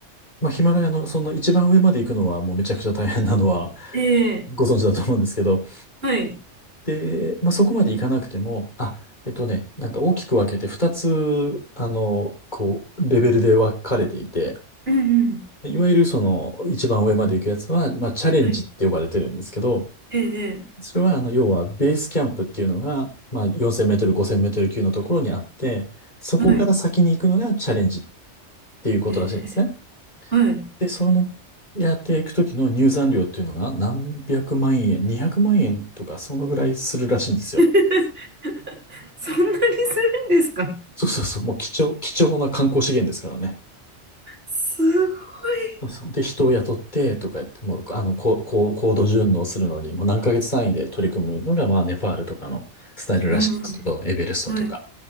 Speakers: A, on the left; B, on the right.
A: まあ、ヒマラヤの、そんな一番上まで行くのは、もうめちゃくちゃ大変なのは、
B: ええ
A: ご存知だと思うんですけど、
B: はい。
A: で、まあ、そこまでいかなくても、あ、えっとね、なんか大きく分けて2つ、あの、こう、レベルで分かれていて、
B: うん、うん、
A: いわゆるその一番上まで行くやつは、まあ、チャレンジって呼ばれてるんですけど、
B: はい。ええ
A: それはあの、要はベースキャンプっていうのが、まあ、4000メートル、5000メートル級のところにあって、そこから先に行くのがチャレンジっ
B: はい。
A: ていうことらしいんですね。
B: ええはい。
A: で、その、やっていくときの入山料っていうのが何百万円、200万円とか、そのぐらいするらしいんですよ。
B: <laughs> そんなにするんですか
A: そうそうそう、もう貴重、貴重な観光資源ですからね。
B: すごい。
A: そうそうで、人を雇ってとか言って、もう、あの、こう、こう、高度順応するのに、もう何ヶ月単位で取り組むのが、まあ、ネパールとかのスタイルらしいんですけど、
B: うん。
A: エベレストとか。
B: はい。